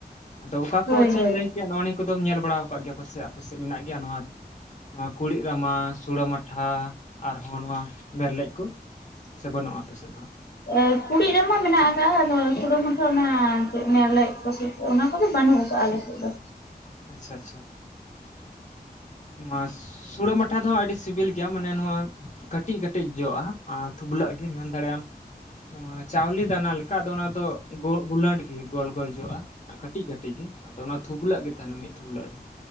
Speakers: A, on the left; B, on the left.
A: ᱟᱫᱚ ᱚᱠᱟ
B: ᱦᱳᱭ
A: ᱠᱚ ᱟᱪᱪᱷᱟᱹᱧ
B: ᱦᱳᱭ
A: ᱞᱟᱹᱭ ᱱᱚᱜ ᱱᱤᱭᱟᱹ ᱠᱚᱫᱚᱢ ᱧᱮᱞ ᱵᱟᱲᱟ ᱟᱠᱟᱫ ᱜᱮᱭᱟ ᱯᱟᱥᱮ ᱟᱯᱮ ᱥᱮᱫ ᱢᱮᱱᱟᱜ ᱜᱮᱭᱟ ᱱᱚᱣᱟ ᱱᱚᱣᱟ ᱠᱩᱲᱤᱫ ᱨᱟᱢᱟ? ᱥᱩᱲᱟᱹ ᱢᱟᱴᱷᱟ ᱟᱨᱦᱚᱸ ᱱᱚᱣᱟ ᱢᱮᱨᱞᱮᱡ ᱠᱚ ᱥᱮ ᱵᱟᱹᱱᱩᱜ-ᱟ ᱟᱯᱮ ᱥᱮᱫ ᱫᱚ ᱦᱟᱸᱜ?
B: ᱮ ᱠᱩᱲᱤᱫ ᱨᱟᱢᱟ ᱢᱮᱱᱟᱜ ᱟᱠᱟᱜ-ᱟ ᱟᱫᱚ ᱥᱩᱲᱟᱹ ᱢᱟᱴᱷᱟ ᱚᱱᱟ ᱪᱮᱫ ᱢᱮᱨᱞᱮᱡ ᱠᱚᱥᱮ ᱚᱱᱟ ᱠᱚᱫᱚ ᱵᱟᱹᱱᱩᱜ ᱠᱟᱜ-ᱟ ᱟᱞᱮ ᱥᱮᱫ ᱫᱚ᱾
A: ᱟᱪᱪᱷᱟ ᱟᱪᱪᱷᱟ᱾ ᱱᱚᱣᱟ ᱥᱩᱲᱟᱹ ᱢᱟᱴᱷᱟ ᱫᱚ ᱦᱟᱸᱜ ᱟᱹᱰᱤ ᱥᱤᱵᱤᱞ ᱜᱮᱭᱟ ᱢᱟᱱᱮ ᱱᱚᱣᱟ ᱠᱟᱹᱴᱤᱡ ᱠᱟᱹᱴᱤᱡ ᱡᱚ-ᱟ ᱟᱨ ᱛᱩᱵᱞᱟᱹᱜ ᱜᱮ ᱢᱮᱱ ᱫᱟᱲᱮᱭᱟᱜ ᱟᱢ ᱱᱚᱣᱟ ᱪᱟᱣᱞᱮ ᱫᱟᱱᱟ ᱞᱮᱠᱟ ᱟᱫᱚ ᱚᱱᱟ ᱫᱚ ᱜᱳᱜ ᱜᱩᱞᱟᱹᱴ ᱜᱮ ᱜᱳᱞ ᱜᱳᱞ ᱡᱚ-ᱟ᱾ ᱠᱟᱹᱴᱤᱡ ᱠᱟᱹᱴᱤᱡ ᱜᱮ ᱟᱫᱚ ᱚᱱᱟ ᱛᱷᱩᱯᱞᱟᱹᱜ ᱜᱮ ᱛᱟᱦᱮᱱᱟ ᱢᱤᱫ ᱛᱷᱩᱯᱞᱟᱹᱜ ᱨᱮ